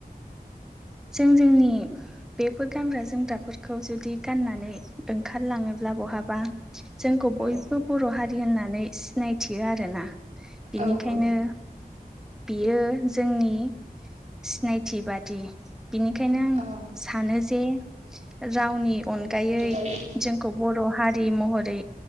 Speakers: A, in the centre; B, on the right (about 50°).
A: जों जोंनि बेफोर गानग्रा जोमग्राफोरखौ जुदि गाननानै ओंखारलाङोब्ला बहाबा जोंखौ बयबो
B: औ
A: बर' हारि होननानै सिनायथियो आरोना। बेनिखायनो,
B: औ औ
A: बेयो जोंनि सिनायथि बादि बिनिखायनो आं
B: औ
A: सानो जे रावनि अनगायै
B: दायो
A: जों खौ बर' हारि महरै